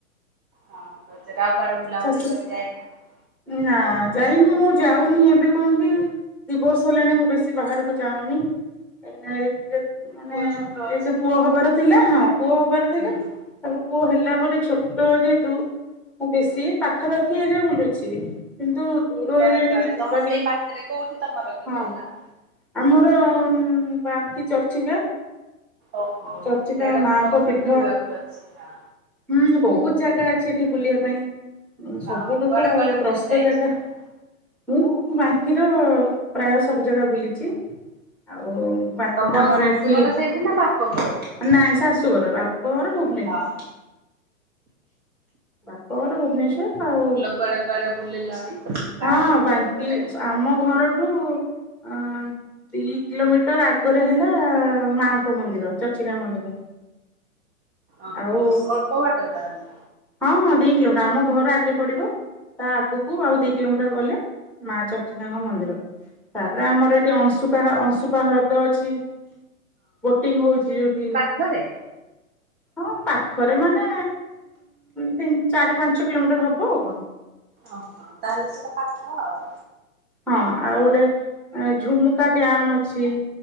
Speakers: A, on the right (about 20°); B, in the centre.
A: ହଁ ରଜରେ ଆଉ କୁଆଡେ ବୁଲାବୁଲି
B: ଶାଶୁ
A: କରି ଯାଇନାହାନ୍ତି?
B: ନାଁ ଯାଇନି ମୁଁ ଯାଉନି ଏବେ କଣ କି ଦିବର୍ଷ ହେଲାଣି ମୁଁ ବେଶୀ ବାହାରକୁ ଯାଉନି ଏଇନା ଏଇ ମାନେ
A: ପୁଅ ଛୋଟ ଅଛି
B: ଏକ
A: ପୁଣି
B: ପୁଅ ହବାର ଥିଲା ହଁ ପୁଅ ହବାର ଥିଲା।
A: ହୁଁ।
B: ତାପରେ ପୁଅ ହେଲା ପରେ ଛୋଟ ଯେହେତୁ ମୁଁ ବେଶୀ ପାଖାପାଖି ଏରିଆ ବୁଲୁଛି କିନ୍ତୁ ଦୂର
A: କୁଆଡେ
B: ଏରିଆ
A: କୁଆଡେ
B: ଟିକେ ଯିବା
A: ତମ
B: ଟିକେ
A: ସେଇ ପାଖରେ କୋଉଠି ତମର କିି
B: ହଁ
A: କହିଲ।
B: ଆମର ବାଙ୍କି ଚର୍ଚିକା
A: ଓହୋ
B: ଚର୍ଚ୍ଚିକା
A: ସିଆଡେ
B: ମାଙ୍କ
A: ଭଲ ଭଲ
B: ପୀଠ।
A: ବୁଲିବାକୁ ଅଛି ହଁ।
B: ହୁଁ ବହୁତ ଜାଗା ଅଛି ଏଠି ବୁଲିବା ପାଇଁ। ଏ ସବୁଠୁ
A: ହଁ କୁଆଡେ
B: ତ
A: କୁଆଡେ ବୁଲି
B: ପ୍ରସିଦ୍ଧ
A: ଯାଇଛ
B: ଜାଗା
A: ତମେ?
B: ମୁଁ ବାଙ୍କିର ପ୍ରାୟ ସବୁ ଜାଗା ବୁଲିଛି। ଆଉ ବା
A: ତମ
B: ଆମର
A: ଶାଶୁଘର
B: ଏଠି
A: <inaudible>
B: ନାଇଁ ଶାଶୁଘର ବାପ ଘର ଭୁ
A: ଆହ।
B: ବାପଘର ଭୁବନେଶ୍ଵର ତ ଆଉ
A: କୁଆଡେ କୁଆଡେ ବୁଲିଲଣି। ବାହାଘର
B: ହଁ
A: ପରେ
B: ବାଙ୍କି
A: ପରେ?
B: ଆମ ଘରଠୁ ଅ ଦି କିଲୋମିଟର ଆଗରେ ହେଲା ମାଙ୍କ ମନ୍ଦିର ଚର୍ଚ୍ଚିକା ମନ୍ଦିର।
A: ଓ
B: ଆଉ
A: ହୋ ଅଳ୍ପ ବାଟ ତାହେଲେ।
B: ହଁ ହଁ ଦି କିଲୋମିଟର ଆମ ଘର ଆଗେ ପଡିବ ତା ଆଗକୁ ଆଉ ଦି କିଲୋମିଟର ଗଲେ ମା ଚର୍ଚିକାଙ୍କ ମନ୍ଦିର। ତାପରେ ଆମର ଏଠି ଅଂଶୁପା ଅଂଶୁପା ହ୍ରଦ ଅଛି। ବୋଟିଂ ହଉଛି ଯୋଉଠି।
A: ଖରେ।
B: ହଁ ପାଖରେ ମାନେ ତିନି ଚାରି ପାଞ୍ଚ କିଲୋମିଟର ହବ ଆଉ କଣ।
A: ଓହୋ ତାହେଲେ ସେଟା ପାଖ ଆଉ।
B: ହଁ ଆଉ ଗୋଟେ ଝୁମୁକା ଡ୍ୟାମ୍ ଅଛି।